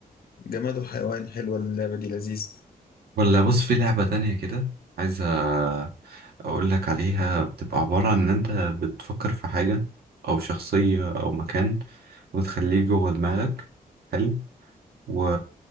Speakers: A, on the left; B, on the right.
A: جماد وحيوان حلوة اللعبة دي لذيذة
B: ولا بص في لعبه تانية كده عايز آه، اقول لك عليها بتبقى عباره عن ان انت بتفكر في حاجه او شخصيه او مكان وتخليه جوه دماغك حلو و